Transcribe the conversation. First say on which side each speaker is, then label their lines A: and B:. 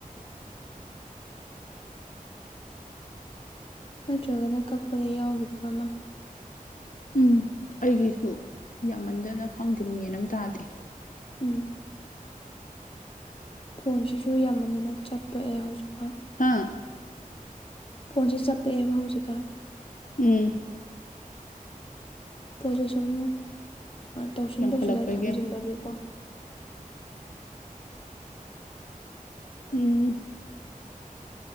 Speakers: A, on the left; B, on the left.
A: <unintelligible>
B: ꯅꯠꯇ꯭ꯔꯒꯅ ꯀꯛꯄꯗ ꯌꯥꯎꯈꯤꯕ ꯑꯃ
A: ꯎꯝ ꯑꯩꯒꯤꯁꯨ ꯌꯥꯝꯃꯟꯗꯅ ꯈꯪꯗꯦ ꯃꯦꯟ ꯑꯃ ꯇꯥꯗꯦ
B: ꯎꯝ ꯐꯣꯟꯁꯤꯁꯨ ꯌꯥꯝꯃꯗꯅ ꯆꯠꯄꯛꯑꯦ ꯍꯧꯖꯤꯛꯀꯥꯟ
A: ꯍꯥꯥ
B: ꯐꯣꯟꯁꯦ ꯆꯞꯄꯛꯑꯦꯕ ꯍꯧꯖꯤꯛꯀꯥꯟ
A: ꯎꯝ
B: ꯄꯣꯠꯁꯦ ꯁꯨꯝ ꯇꯧꯁꯤꯟ
A: ꯌꯥꯝꯈꯠꯂꯛꯄꯒꯤ
B: ꯇꯧꯁꯤꯜꯂꯒ ꯊꯝꯖꯤꯟꯕꯒꯤꯀꯣ
A: ꯎꯝ